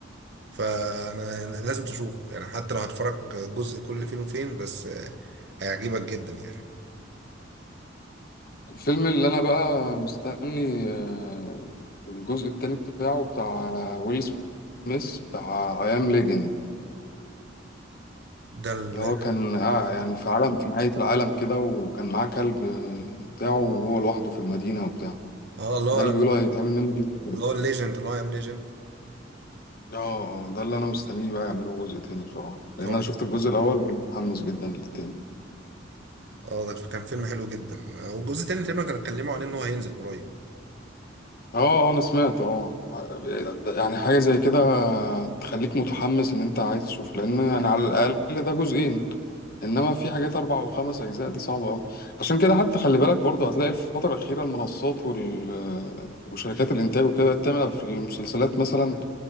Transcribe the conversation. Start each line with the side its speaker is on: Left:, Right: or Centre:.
Right: فانا لازم تشوفه يعني حتى لو هتفرج جزء كل فين وفين بس آه، هيعجبك جدا يعني
Left: الفيلم اللي انا بقى مستني آه، الجزء التاني بتاعه بتاع ويل سميث بتاع اي ام ليجند
Right: ده ال
Left: اللي هو كان آه يعني في عالم في نهاية العالم كده وكان معاه كلب آه، بتاعه وهو لوحده في المدينة وبتاع
Right: اه اللي هو
Left: ده اللي بيقولوا هيتعمل منه جزء تاني.
Right: اللي هو الليجند اللي هو ام ليجند
Left: اه آه، ده اللي انا مستنيه بقى يعملوه جزء تاني بصراحة لان
Right: هو
Left: انا
Right: بي-
Left: شفت الجزء الاول ومتحمس جدا للتاني
Right: اه ده كان فيلم حلو جدا آه، والجزء التاني تقريبا كانوا اتكلموا عن ان هو هينزل قريب
Left: اه آه، انا سمعت اه يعني حاجه زي كده تخليك متحمس ان انت عايز تشوف لان يعني على الاقل ده جزئين انما في حاجات اربع وخمس اجزاء دي صعبه قوي عشان كده حتى خلي بالك برضه هتلاقي الفتره الاخيره المنصات وال... وشركات الانتاج وكده بقت تعمل في المسلسلات مثلا